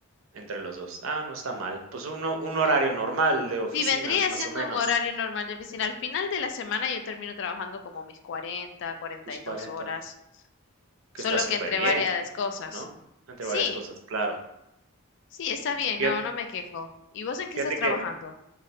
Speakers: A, on the right; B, on the left.
A: entre los dos Ah, no está mal. Pues uno un horario normal de oficina,
B: Sí, vendría
A: más
B: siendo
A: o menos,
B: un horario normal de oficina. Al final de la semana yo termino trabajando como mis 40, 42
A: tus cuarenta
B: horas.
A: que
B: Solo
A: está súper
B: que entre
A: bien
B: varias cosas.
A: ¿no? Entre
B: Sí,
A: varias cosas, claro.
B: sí, está bien,
A: Fíjate
B: no, no me quejo. ¿Y vos en
A: fíjate
B: qué estás trabajando?
A: que,